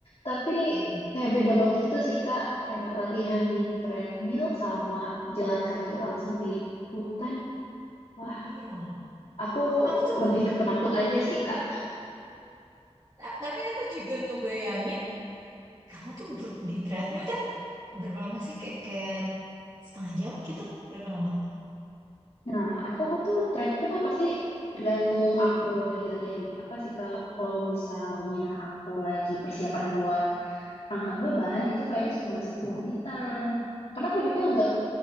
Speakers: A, on the left; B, on the right.
A: Tapi
B: Hmm,
A: kayak beda banget gitu sih kak. Kayak latihan di treadmill sama jalan kaki langsung di hutan. Wah,
B: Iya.
A: aku
B: Aku, aku tuh,
A: lebih ke penakut aja sih kak.
B: ta- tapi aku juga ngebayangin, kamu tuh ber- di treadmill kan berapa lama sih? Kayak, kayak setengah jam gitu? Berapa lama?
A: Nah, aku tuh treadmill kan pasti tergantung aku lagi latihan di apa sih kak. Kalau misalnya aku lagi persiapan buat angkat beban itu kayaknya cuma 10 menitan. Karena aku juga nggak,